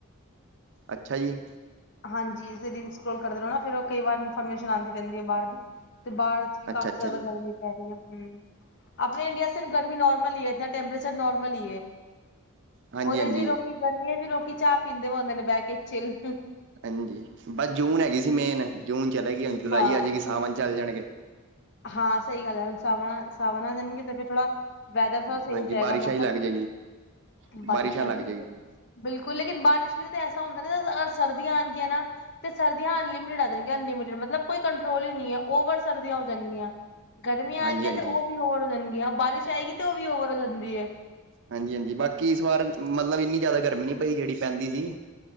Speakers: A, on the right; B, on the left.
A: ਅੱਛਾ ਜੀ।
B: ਹਾਂਜੀ, ਰੀਲ ਸਕਰੋਲ ਕਰਦੇ ਰੋ ਨਾ, ਫੇਰ ਓ ਕਈ ਵਾਰ ਇਨਫੋਰਮੇਸ਼ਨ ਆਂਦੀ ਰੈਂਦੀ ਏ ਬਾਰ ਦੀ, ਤੇ ਬਾਰ ਵੀ
A: ਅੱਛਾ
B: ਕਾਫੀ
A: ਅੱਛਾ
B: ਜਾਦਾ
A: ਜੀ
B: ਗਰਮੀ <unintelligible> ਹੂੰ, ਆਪਣੇ ਇੰਡੀਆ ਸੇ ਤੋਂ ਗਰਮੀ ਨੋਰਮਲ ਈ ਏ, ਇਤਨਾ ਟੈੈਂਪਰੇਚਰ ਨੋਰਮਲ ਈ ਏ।
A: ਹਾਂਜੀ
B: ਓਦੇ
A: ਹਾਂਜੀ
B: ਚ ਵੀ ਲੋਕੀ, ਗਰਮੀਆਂ ਚ ਵੀ ਲੋਕੀ, ਚਾ ਪੀਂਦੇ ਹੁੰਦੇ ਨੇ ਬੈ ਕੇ ਚਿੱਲ।
A: ਹਾਂਜੀ, ਬੱਸ ਜੂਨ ਹੈਗੀ ਸੀ ਮੇਨ, ਜੂਨ ਚਲੇ ਗੀ, ਹੁਨ ਜੁਲਾਈ
B: ਹਾਂ।
A: ਆ ਜੇਗੀ, ਸਾਵਣ ਚੱਲ ਜਾਣਗੇ।
B: ਹਾਂ, ਸਈ ਗੱਲ ਐ, ਹੁਣ ਸਾਵਣਾ, ਸਾਵਣਾ ਦੇਨਗੇ ਤੇ ਫੇਰ ਥੋੜਾ ਵੈਦਰ ਸਹੀ
A: ਹਾਂਜੀ
B: ਹੋ ਜਾਏਗਾ
A: ਬਾਰਿਸ਼ਾਂ
B: ਮੌਸਮ
A: ਹੀ ਲੱਗ ਜਾਏਗੀ
B: ਬਾਰਿਸ਼
A: ਬਾਰਿਸ਼ਾਂ
B: ਲੱ
A: ਲੱਗ ਜਾਏਗੀ ਜੀ
B: ਬਿਲਕੁਲ ਲੇਕਿਨ ਬਾਰਿਸ਼ ਵੀ ਤਾਂ ਐਸਾ ਹੁੰਦਾ ਨਾ ਅਗਰ ਸਰਦੀਆਂ ਆਉਣਗੀਆਂ ਨਾ ਤੇ ਸਰਦੀਆਂ ਅਨਲਿਮਟਿਡ ਆ ਜਾਣੀਆਂ ਅਨਲਿਮਿਟ ਮਤਲ ਕੋਈ ਕੰਟਰੋਲ ਹੀ ਨਹੀਂ ਹੈ ਓਵਰ ਸਰਦੀਆਂ ਜਾਣਗੀਆਂ ਗਰਮੀਆਂ
A: ਹਾਂਜੀ
B: ਆਣਗੀਆਂ
A: ਹਾਂਜੀ
B: ਤੇ ਉਹ ਵੀ ਉਵਰ ਹੋ ਜਾਣਗੀਆਂ ਬਾਰਿਸ਼ ਆਏਗੀ ਤੇ ਉਹ ਵੀ ਓਵਰ ਹੋ ਜਾਂਦੀ ਹੈ
A: ਹਾਂਜੀ ਹਾਂਜੀ ਬਾਕੀ ਇਸ ਵਾਰ ਮਤਲਬ ਇੰਨੀ ਜ਼ਿਆਦਾ ਗਰਮੀ ਨਹੀਂ ਪਈ ਜਿਹੜੀ ਪੈਂਦੀ ਸੀ